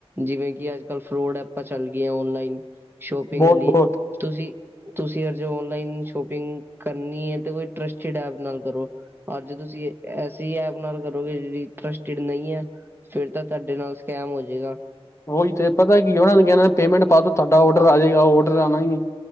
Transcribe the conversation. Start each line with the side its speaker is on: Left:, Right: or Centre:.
Right: ਜਿਵੇਂ ਕਿ ਅੱਜ- ਕੱਲ ਫਰੋਡ ਐਪਾਂ ਚੱਲ ਗੀਆਂ ਓਨਲਾਈਨ ਸ਼ੋਪਿੰਗ
Left: ਬਹੁਤ
Right: ਆਲੀ
Left: ਬਹੁਤ
Right: ਤੁਸੀ ਤੁਸੀ ਅਜੇ ਔਨਲਾਈਨ ਸ਼ੋਪਿੰਗ ਕਰਨੀ ਏ ਤੇ ਕੋਈ ਟਰਸਟਿਡ ਐਪ ਨਾਲ ਕਰੋ। ਅੱਜ ਤੁਸੀ ਐਸੀ ਐਪ ਔਦੇ ਨਾਲ ਕਰੋਗੇ ਜੇਹੜੀ ਟਰਸਟਿਡ ਨਹੀਂ ਐ ਫੇਰ ਤਾਂਡੇ ਨਾਲ ਸਕੈਮ ਹੋ ਜੇਗਾ।
Left: ਉਹੀ ਤੇ ਪਤਾ ਕੀ ਏ ਉਹਨਾ ਨੇ ਕਹਣਾ ਪੇਮੈਂਟ ਪਾ ਦੋ ਤੁਹਾਡਾ ਔਡਰ ਆ ਜੇਗਾ, ਔਡਰ ਆਉਣਾ ਹੀ ਨੀ।